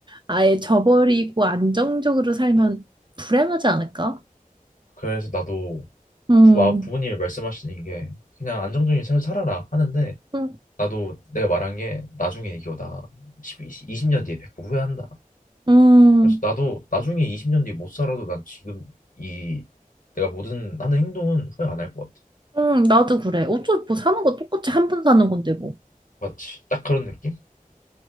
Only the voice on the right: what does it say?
아예 저버리고 안정적으로 살면 불행하지 않을까?
음,
음,
음,
음, 나도 그래. 어차피 뭐 사는 거 똑같이 한 번 사는 건데 뭐.